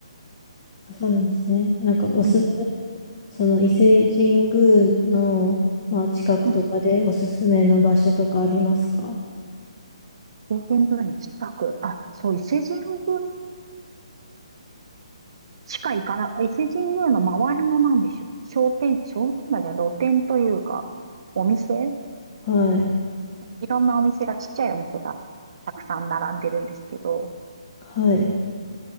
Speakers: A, on the left; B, on the right.
A: あそうなんですね。なんかおすす、
B: うん。
A: その伊勢神宮の、まあ、近くとかでおすすめの場所とかありますか
B: うん。表現部の近く、あ、そう、伊勢神宮しか行かな、伊勢神宮の周りのなんでしょう。商店、商店街じゃない露店というか、お店
A: はい。
B: いろんなお店が、ちっちゃいお店がたくさん並んでるんですけど、
A: はい。